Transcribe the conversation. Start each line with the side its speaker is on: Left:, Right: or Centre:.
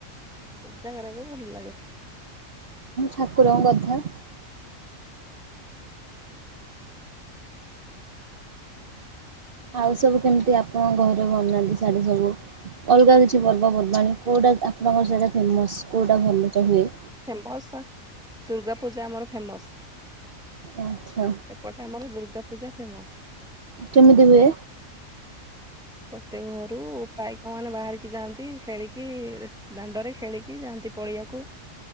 Centre: ପୂଜା କରିବାକୁ ଭଲ ଲାଗେ
Right: ଠାକୁର କଥା। ଆଉ ସବୁ କେମିତି ଆପଣଙ୍କ ଘରେ <inaudible> ସବୁ ଅଲଗା କିଛି ପର୍ବପର୍ବାଣି କୋଉଟା ଆପଣଙ୍କର <inaudible> ଫେମସ୍ କୋଉଟା <inaudible> ହୁଏ।
Centre: ଫେମସ ଦୁର୍ଗା ପୂଜା ଆମର ଫେମସ।
Right: ଆଚ୍ଛା
Centre: ଏପଟେ ଆମର ଦୁର୍ଗା। ପୂଜା ଫେମସ।
Right: କେମିତି ହୁଏ।
Centre: ପ୍ରତ୍ୟେକ ଘରୁ ପାଇକ ମାନେ ବାହାରିକି ଯାଆନ୍ତି ଖେଳିକି ଦାଣ୍ଡରେ ଖେଳିକି ଯାଆନ୍ତି ପଡିଆକୁ।